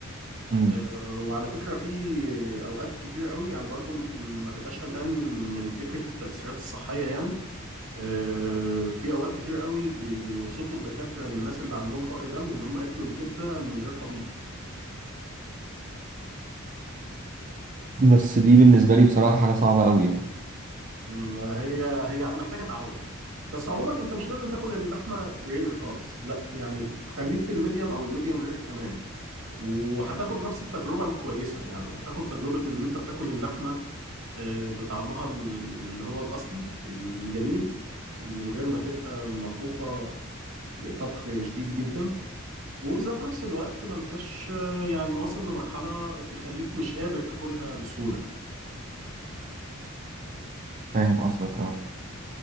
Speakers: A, on the right (about 40°); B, on the right (about 75°).
A: اه
B: آه، وعلى فكرة في أوقات كتير قوي يعني برضو م- ما تبقاش قلقان من من فكرة التأثيرات الصحية يعني آه، في أوقات كتير قوي بي- بيوصفوا الدكاترة للناس اللي عندهم فقر دم إن هم ياكلوا الكبدة من غير طبيخ
A: بس دي بالنسبة لي بصراحة حاجة صعبة قوي يعني
B: ما هي هي محتاجة تعود بس عموما أنت مش لازم تاكل اللحمة رير خالص لا يعني خليك في الميديم أو الميديم رير تمام وهتاخد نفس التجربة الكويسة يعني هتاخد تجربة إن أنت بتاكل اللحمة آه، بطعمها ال- اللي هو الأصلي الجميل من غير ما تبقى مطبوخة طبخ شديد جدا وفي ذات نفس الوقت ما انتش آه، يعني واصل لمرحلة تخليك مش قادر تاكلها بسهولة
A: فاهم قصدك اه